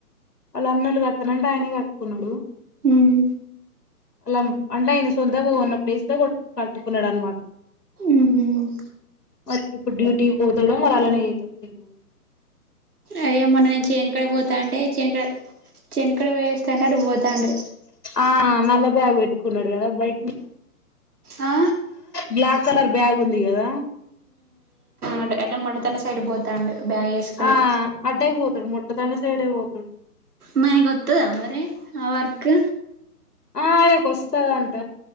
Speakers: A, on the left (about 80°); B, on the right (about 70°).
A: వాళ్ళన్నలు. <unintelligible> ఆయనే కట్టుకున్నాడు
B: ఉమ్
A: అల అంటే ఆయన సొంతగా కొన్న ప్లేస్ లో కట్టుకున్నడనమాట,
B: ఉహు
A: మరి ఇప్పుడు డ్యూటీ బోతడో మరి అల్లనేజేతాడో తెలీదు.
B: అదే మొన్న నేను చేనుకాడి పోతాంటే చేనకడ చేనకడ పొయ్యేసి <inaudible> అటు పోతాండు.
A: ఆ నల్ల బ్యాగ్ పెట్టుకున్నాడు గదా బైక్ మీద
B: ఆ
A: బ్లాక్ కలర్ బ్యాగుంది గదా
B: అండ్ ఎండ మండుతండ సైడ్ పోతాండు బ్యాగ్ వేసుకుని
A: ఆ అడ్డే పో ముట్ల తాండ సైడే పోతడు
B: మై కొత్తదా మరే ఆ వర్క్
A: ఆ అయకొస్తదంట